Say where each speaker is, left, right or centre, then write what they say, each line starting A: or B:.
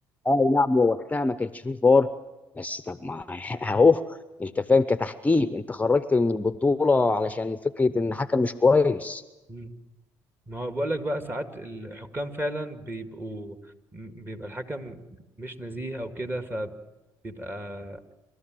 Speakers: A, on the left; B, on the right.
A: اه نعم هو وقتها ما كانش فيه فار بس طب ما <laughs> اهو انت فاهم كتحكيم انت خرجت من البطوله علشان فكره ان الحكم مش كويس
B: امم ما هو بقول لك بقى ساعات الحكام فعلا بيبقوا م- بيبقى الحكم مش نزيه او كده فبيبقى